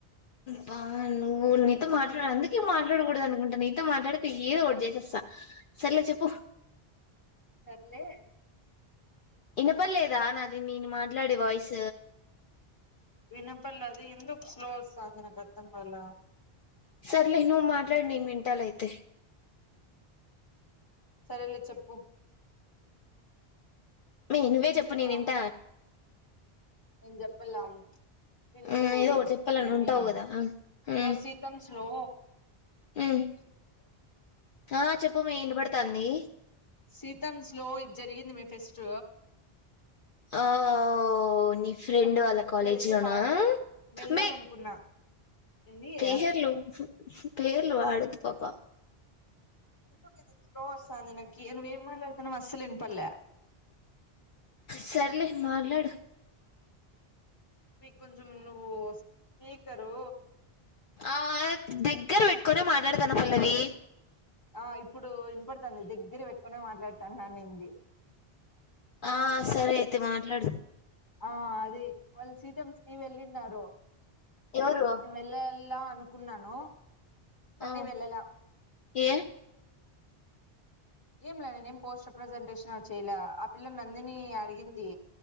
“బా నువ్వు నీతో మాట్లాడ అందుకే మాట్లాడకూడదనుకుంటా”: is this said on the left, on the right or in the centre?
Left